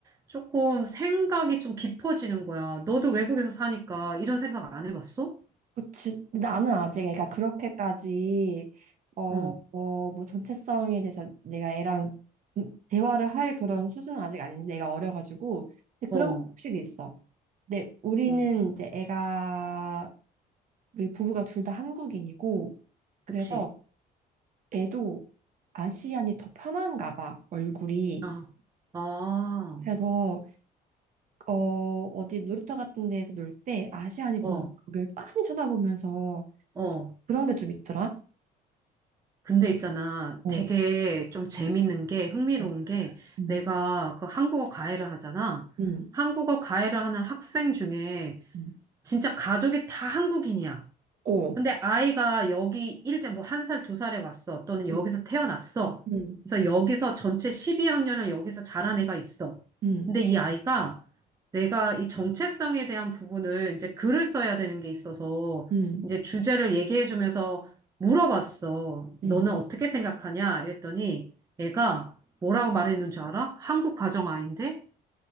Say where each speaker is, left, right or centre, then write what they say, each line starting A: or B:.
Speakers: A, on the right; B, on the right.
A: 조금 생각이 좀 깊어지는 거야. 너도 외국에서 사니까 이런 생각 안 해봤어?
B: 그치. 근데 나는 아직 애가 그렇게까지 어,
A: 어,
B: 어, 뭐 전체성에 대해서 내가 애랑 음, 대화를 할 그런 수준은 아직 아닌데 내가 어려가지고 근데
A: 어,
B: 그런 거 확실히 있어. 근데 우리는
A: 네.
B: 이제 애가 우리 부부가 둘 다 한국인이고 그래서
A: 그치.
B: 애도 아시안이 더 편한가 봐, 얼굴이.
A: 아, 아,
B: 음. 그래서 어, 어디 놀이터 같은 데에서 놀 때 아시안이
A: 어,
B: 보이면 그걸 빤히 쳐다보면서
A: 어.
B: 좀 그런 게 좀 있더라.
A: 근데 있잖아,
B: 어.
A: 되게 좀 재밌는 게, 흥미로운
B: 어.
A: 게,
B: 음.
A: 내가 그 한국어 과외를 하잖아.
B: 음.
A: 한국어 과외를 하는 학생 중에
B: 음.
A: 진짜 가족이 다 한국인이야.
B: 어.
A: 근데 아이가 여기 일찍 뭐 한 살, 두 살에 왔어. 또는 여기서
B: 음.
A: 태어났어.
B: 음.
A: 그래서 여기서 전체 12학년을 여기서 자란 애가 있어.
B: 음.
A: 근데 이 아이가 내가 이 정체성에 대한 부분을 이제 글을 써야 되는 게 있어서
B: 음.
A: 이제 주제를 얘기해 주면서 물어봤어. 너는
B: 음.
A: 어떻게 생각하냐? 이랬더니 애가 뭐라고 말했는 줄 알아? 한국 가정 아이인데